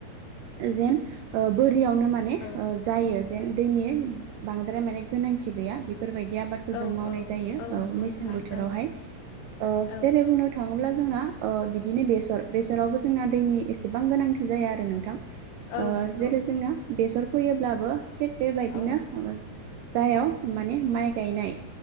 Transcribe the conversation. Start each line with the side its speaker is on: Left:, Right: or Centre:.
Right: जेन ओ बो रियावनो माने
Left: औ
Right: जायो जेन दैनि बांद्राय माने गोनांथि गैया बेफोरबायदि आबादखौ
Left: औ
Right: जों मावनाय
Left: औ
Right: जायो औ
Left: नंगौ
Right: मेसें
Left: नोंथां
Right: बोथोरावहाय
Left: औ
Right: ओ
Left: औ
Right: जेरै बुंनो थाङोब्ला जोंना ओ बिदिनो बेसर बेसरावबो जोंना दैनि एसेबां गोनांथि जाया आरो नोंथां
Left: औ
Right: ओ
Left: नंगौ
Right: जेरै जोङो बेसर फैयोब्लाबो थिग बेबायदिनो
Left: औ
Right: जायाव माने माइ गायनाय